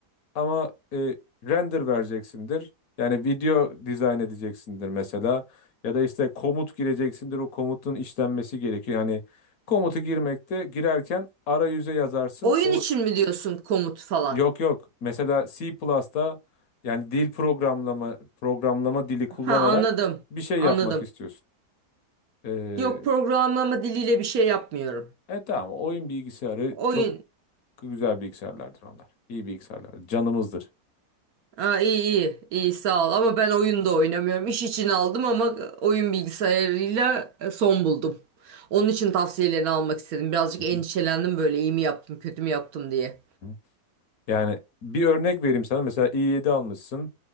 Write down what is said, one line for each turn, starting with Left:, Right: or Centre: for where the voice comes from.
Left: Ama e, render vereceksindir. Yani video dizayn edeceksindir mesela. Ya da işte komut gireceksindir. O komutun işlenmesi gerekiyor. Yani komutu girmekte girerken arayüze yazarsın.
Right: Oyun
Left: O
Right: için mi diyorsun komut falan?
Left: Yok yok. Mesela C Plus'ta yani dil programlama programlama dili kullanarak
Right: Ha anladım
Left: bir şey
Right: anladım.
Left: yapmak istiyorsun. Ee,
Right: Yok programlama diliyle bir şey yapmıyorum.
Left: e tamam oyun bilgisayarı
Right: Oyun
Left: çok güzel bilgisayarlardır onlar. İyi bilgisayarlar. Canımızdır.
Right: Aa, iyi iyi iyi sağ ol ama ben oyun da oynamıyorum. İş için aldım ama oyun bilgisayarıyla e, son buldum. Onun için tavsiyelerini almak istedim. Birazcık
Left: Hı
Right: endişelendim
Left: hı,
Right: böyle iyi mi yaptım kötü mü yaptım diye.
Left: hı. Yani bir örnek vereyim sana. Mesela i7 almışsın.